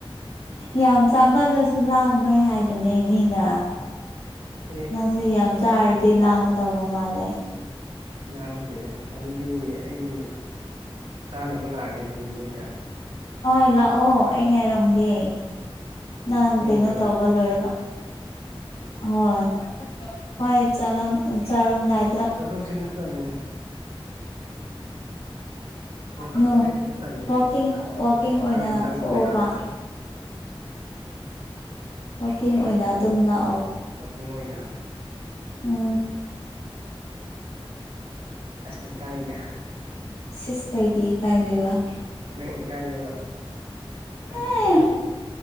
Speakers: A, on the left; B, on the right.
A: ꯌꯥꯝ ꯆꯥꯃꯜꯂꯁꯨ ꯂꯥꯝꯃꯦ ꯍꯥꯏꯕꯅꯦ ꯃꯤꯅ
B: ꯑꯦ
A: ꯅꯁ ꯌꯥꯝ ꯆ ꯑꯔꯗꯤ ꯂꯝꯕꯗꯕ ꯃꯥꯂꯦ
B: ꯂꯥꯡꯗꯦꯗ ꯑꯗꯨꯗꯤ ꯑꯩ ꯆꯥꯅꯕ ꯂꯥꯛꯒꯦꯗꯤ ꯅꯣꯏꯗ
A: ꯍꯣꯏ ꯂꯥꯛꯑꯣ ꯑꯩ ꯉꯥꯏꯔꯝꯒꯦ ꯅꯪ
B: ꯑꯁꯦꯡꯕꯔꯣ
A: ꯀꯩꯅꯣ ꯇꯧꯕ ꯂꯣꯏꯔꯒ ꯍꯣꯏ ꯍꯣꯏ ꯆ ꯆꯥꯔꯝꯗꯥꯏꯗ
B: ꯆꯠꯊꯣꯛꯁꯤꯟꯗ ꯇꯥꯂꯦꯅꯦ
A: ꯑ ꯅꯨꯡ
B: ꯆꯠꯊꯣꯛ ꯆꯠꯁꯤꯟꯗ ꯇꯜꯂꯦꯕ
A: ꯋꯥꯀꯤꯡ ꯋꯥꯋꯥꯛꯀꯤꯡ ꯑꯣꯏꯅ
B: ꯈꯔ ꯅꯪꯅ
A: ꯊꯣꯛꯑꯕ
B: ꯂꯩꯔꯗꯤ ꯐꯕ
A: ꯋꯥꯋꯥꯛꯀꯤꯡ ꯑꯣꯏꯅ ꯑꯗꯨꯝ ꯂ
B: ꯋꯥꯛꯀꯤꯡ ꯑꯣꯏꯅ
A: ꯎꯝ
B: ꯑꯁ ꯏꯀꯥꯏꯗ
A: ꯁꯤꯁ ꯀꯥꯏꯗꯤ ꯀꯥꯏꯗꯩꯕ
B: ꯅꯪ ꯏꯀꯥꯏꯌꯦꯕ ꯌꯥꯝ
A: ꯑꯦ
B: ꯏꯀꯥꯏꯌꯦ